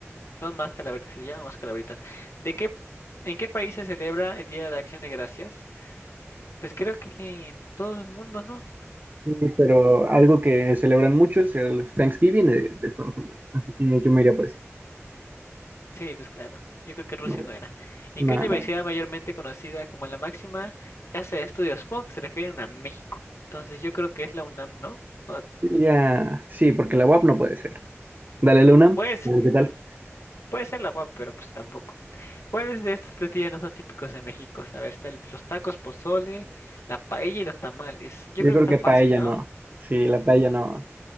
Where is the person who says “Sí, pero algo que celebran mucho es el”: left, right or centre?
Right